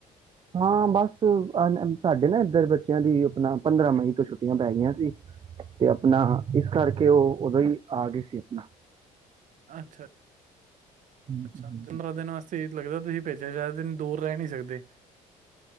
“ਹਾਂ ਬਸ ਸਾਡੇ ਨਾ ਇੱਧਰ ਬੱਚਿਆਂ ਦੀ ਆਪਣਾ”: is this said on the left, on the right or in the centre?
Right